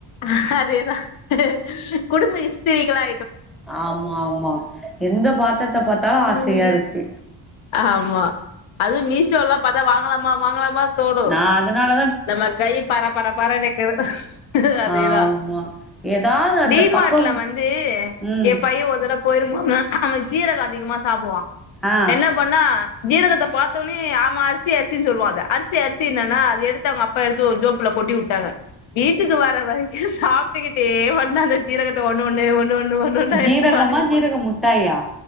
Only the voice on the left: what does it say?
ம் அதேதான் குடுமிஸ் சிரிகலா
ம்
ஆமா அதுவும் மீஷோல்லாம் பார்த்தா வாங்கலாமா வாங்கலாமா தோணு
நம்ம கை பர பர பர க்குது அதேதான்
டீமார்ட்ல
வந்து
என் பையன் ஒருதடவ போயிருபாங்க அவன் ஜீரகம் அதிகமா சாப்பிடுவான்
என்ன பண்ணா ஜீரகத்தை பார்த்தோனே அவன் அரிசி அரிசின்னு சொல்லுவான் அத அரிசி அரிசி என்னன்னா அது எது அப்ப போட்டி விட்டாங்க வீட்டுக்கு வர வர சாப்பிட்டுக்கிட்டே வந்து அந்த ஜீரகத்தை ஒண்ணு ஒண்ணே ஒண்ணு ஒண்ணு ஒண்ணு ஒண்ணா
எடுத்து வாயில
போடு